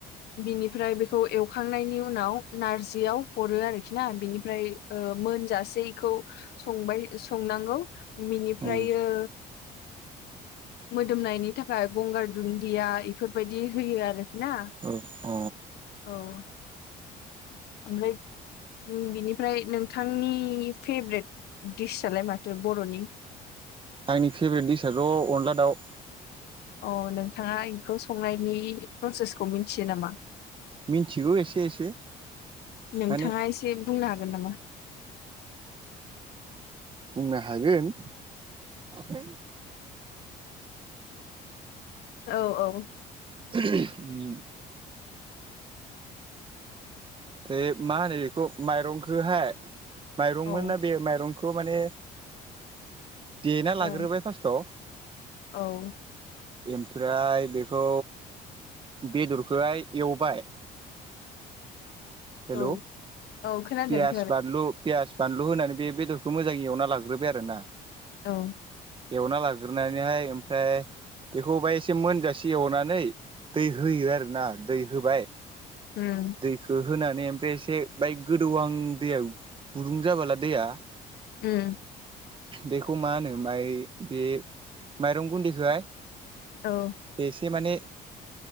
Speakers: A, on the left (about 75°); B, on the right (about 30°).
A: बिनिफ्राय बेखौ एवखांनायनि उनाव नारजियाव हरो आरोखि ना बिनिफ्राय ओ मोनजासेखौ संबाय संनांगौ बिनिफ्रायो
B: उम
A: मोदोमनायनि थाखाय गंगार दुन्दिया इफोरबायदि होयो आरोखि ना
B: औ अ
A: औ ओमफ्राय बिनिफ्राय नोंथांनि फेभरेट दिडस आलाय माथो बर'नि
B: आंनि फेभरेट दिडिसाआथ' अनला दाउ
A: अ नोंथाङा बेखौ संनायनि प्रसेसखौ मिथियो नामा?
B: मिन्थिगौ एसे एसे
A: नोंथांङा
B: माने
A: एसे बुंनो हागोन नामा?
B: बुंनो हागोन हेल'
A: औ औ
B: <unintelligible> बे मा होनो बेखौ माइरंखौहाय माइरंमोना
A: औ
B: बे माइरं खौ माने देना
A: औ
B: लाग्रोबाय फार्स्टाव
A: औ
B: ओमफ्राय बेखौ बेदरखौहाय एवबाय हेल'
A: औ औ खोनादों
B: पियास
A: खोनादों
B: बानलु पियास बानलु होनानै बे बेदरखौ मोजां एवना लाग्रोबाय आरो ना
A: औ
B: एवना लाग्रोनानैहाय ओमफ्राय बेखौ बाहाय एसे मोनजासे एवनानै दै होयो आरो ना दै होबाय
A: उम
B: दैखौ होनानै ओमफ्राय एसे बाय गोदौ आं दैया गुदुं जाबोला दैया
A: उम
B: बेखौ मा होनो माइ बे माइरं गुन्दैखोहाय
A: औ
B: एसे माने